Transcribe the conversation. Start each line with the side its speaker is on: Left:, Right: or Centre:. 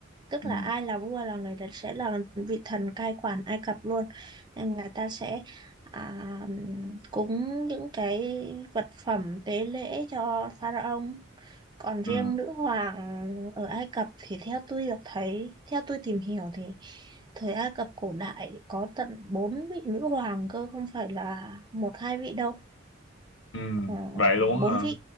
Right: tức
Left: ừ
Right: là ai là vua là người đấy sẽ là vị thần cai quản Ai Cập luôn nên người ta sẽ à, cúng những cái vật phẩm tế lễ cho pharaoh còn riêng
Left: ừ
Right: nữ hoàng ở Ai Cập thì theo tôi được thấy theo tôi tìm hiểu thì thời Ai Cập cổ đại thì có tận bốn vị nữ hoàng cơ không phải là một hai vị đâu
Left: ừ
Right: Ờ,
Left: vậy luôn
Right: bốn
Left: hả
Right: vị